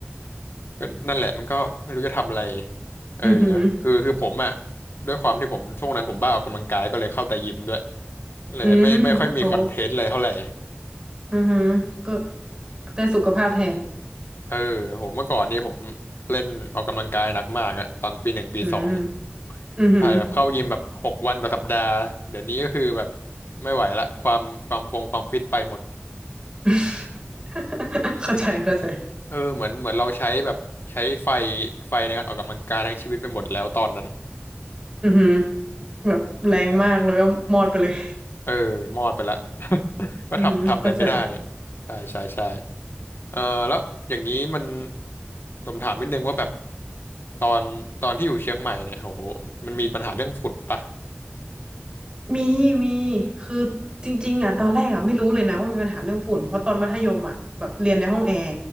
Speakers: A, on the left; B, on the right.
A: ก็นั่นแหละมันก็ไม่รู้จะทำอะไรเออ
B: อือหือ
A: คือคือผมอ่ะด้วยความที่ผมช่วงนั้นผมบ้าออกกำลังกายก็เลยเข้าแต่ยิมด้วยเลยไม่ไม่ค่อยมีคอนเทนต์อะไรเท่าไหร่
B: อืมโอ้อือหือก็ได้สุขภาพแทน
A: เออโหเมื่อก่อนนี่ผมเล่นออกกำลังกายหนักมากอะตอนปีหนึ่งปีสอง
B: อืมอือหือ
A: ถ่ายแบบเข้ายิมแบบหกวันต่อสัปดาห์เดี๋ยวนี้ก็คือแบบไม่ไหวละความความฟงความฟิตไปหมด
B: <laughs> เข้าใจเข้าใจ
A: เออเหมือนเหมือนเราใช้แบบใช้ไฟไฟในการออกกำลังกายทั้งชีวิตไปหมดแล้วตอนนั้น
B: อือหือแบบแรงมากแล้วก็มอดไปเลย
A: เออมอดไปละ <laughs> ก็ทำทำอะไรไม่ได้
B: อืมเข้าใจ
A: ใช่ใช่ใช่เออแล้วอย่างนี้มันผมถามนิดนึงว่าแบบตอนตอนที่อยู่เชียงใหม่เนี่ยโหมันมีปัญหาเรื่องฝุ่นปะ
B: มีมีคือจริงๆอ่ะตอนแรกอ่ะไม่รู้เลยนะว่ามีปัญหาเรื่องฝุ่นเพราะตอนมัธยมอ่ะแบบเรียนในห้องแอร์